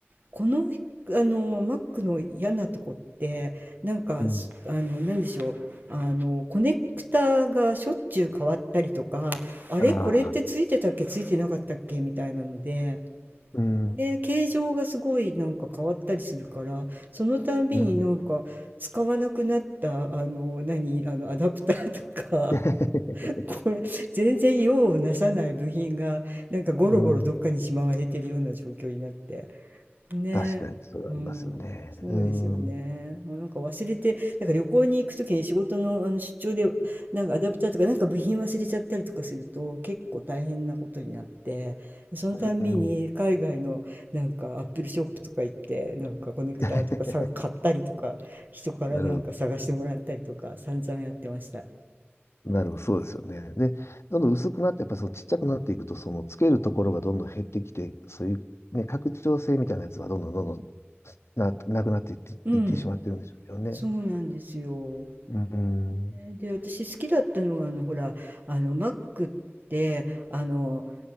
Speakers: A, on the right; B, on the left.
A: この、あの、マックの嫌なとこって、なんか、
B: うん、
A: すあの、なんでしょう。あの、コネクタがしょっちゅう変わったりとか、あれこれってついてたっけついてなかったっけみたいなので、
B: ああ、うん、
A: で、形状がすごいなんか変わったりするから、そのたんびになんか使わなくなった、
B: うん、
A: あの、何、あの、アダプターとか
B: <laughs>
A: <laughs>、これ、全然用をなさない部品が、なんかゴロゴロどっかにしまわれてるような状況になって。
B: うん、
A: ねうん、
B: 確かにそれはありますよね。
A: そうですよね。
B: うん、
A: あなんか忘れて、なんか旅行に行くときに仕事の、あの出張で、なんかアダプターとか、なんか部品忘れちゃったりとかすると、結構大変なことになって、そのたんびに海外のなんかアップルショップとか行って、
B: うん、
A: なんかコネクターとかさ、
B: <laughs>
A: 買ったりとか、人からなんか探してもらったりとか、
B: なるほ
A: 散々やってました。
B: ど、なるほど、そうですよね。で、どんどん薄くなって、やっぱりそのちっちゃくなっていくと、そのつけるところがどんどん減ってきて、そういうね、拡張性みたいなやつはどんどんどんどんな、なくなっていって、
A: うん、
B: いってしまってるんでしょうけどね。
A: そうなんですよ。
B: うん。
A: えーで、私好きだったのが、あの、ほら、あの、Mac って、あの、